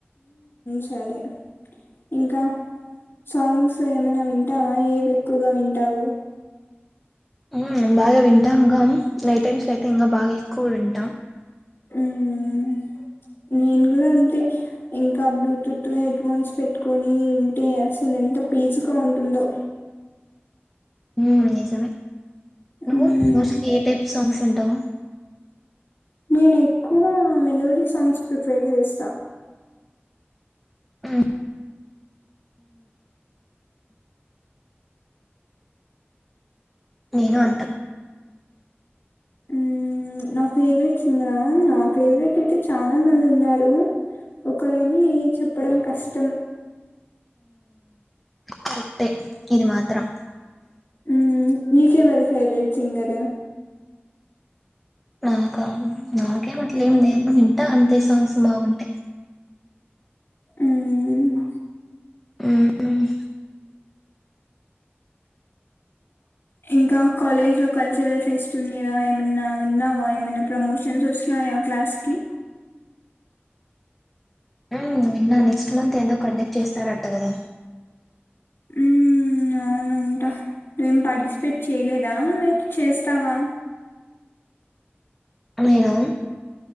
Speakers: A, on the left; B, in the centre.
A: సరే ఇంకా సాంగ్స్ ఏమైనా వింటావా ఏవి ఎక్కువగా వింటావు
B: హ్మ్ బాగా వింటాం గా ఇంకా నైట్ టైమ్స్ అయితే ఇంకా బాగా ఎక్కువ వింటా
A: హ్మ్ నేను కూడా అంతే ఇంకా బ్లూటూతు హెడ్ఫోన్స్ పెట్టుకొని వింటే అసలు ఎంత పీస్గా ఉంటుందో
B: హ్మ్ నిజమే నువ్వు
A: మ్మ్
B: మోస్ట్లీ ఏ టైప్ సాంగ్స్ వింటావు
A: నేను ఎక్కువ మెలోడీ సాంగ్స్ ప్రిఫర్ చేస్తా
B: మ్మ్, నేను అంతే
A: హ్మ్ నా ఫేవరెట్ సింగరా నా ఫేవరెట్ అయితే చాలా మంది ఉన్నారు ఒకరని చెప్పడం కష్టం.
B: కరెక్టే ఇది మాత్రం
A: మ్మ్ నీకెవరు ఫేవరెట్ సింగరు
B: నాకా నాకేమట్ల ఏం లేదు. ఇంటా అంతే సాంగ్స్ బాగుంటే
A: హ్మ్
B: మ్మ్ మ్మ్
A: ఇంకా కాలేజ్ లో కల్చరల్ ఫెస్ట్ ఉంది ఆ ఏమన్నా విన్నావా ఏమన్నా ప్రమోషన్స్ వస్తున్నాయా క్లాస్ కి
B: మ్మ్ విన్నా నెక్స్ట్ మంత్ ఏదో కండక్ట్ చేస్తారంట కదా
A: హ్మ్ అవునంట నువ్వేం పార్టిసిపేట్ చేయలేదా లేక చేస్తావా
B: మీరు